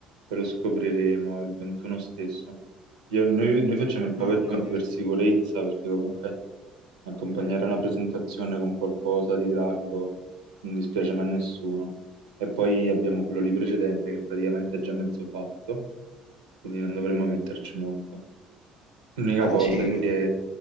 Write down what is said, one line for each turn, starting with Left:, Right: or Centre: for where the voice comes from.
Right: che lo scopriremo il 21 stesso. Io- noi, noi facciamo il PowerPoint
Left: No, ho capito.
Right: per sicurezza, perché comunque Accompagnare una presentazione con qualcosa di grafico non dispiace mai a nessuno. E poi abbiamo quello lì precedente che praticamente è già mezzo fatto, quindi non dovremmo metterci molto. L'unica
Left: Oh,
Right: cosa
Left: sì,
Right: è che